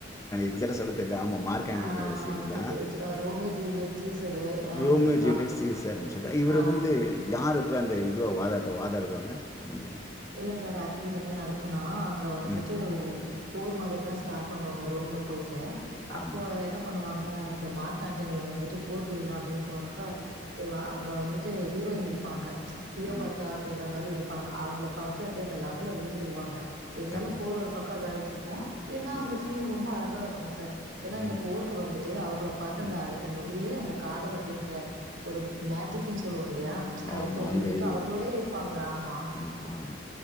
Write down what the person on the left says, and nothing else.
சரியா சொல்ல தெர் ஆமா மார்க் ஆண்டனியோட
சீன்தா
ரோமியோ
ஜூலியட் சீசர் சொ இவர்
வந்து யாரு இப்போ அந்த இதுவாக வாதாட்ட வாதாடுவாங்க ம்
ம்.
ஆமா.
ஆமா.
கண்டிப்பா.
ஆமா,
ஆமா.
ம்.
ஆமா.
அந்த
இது.
ஆ, ஆமா.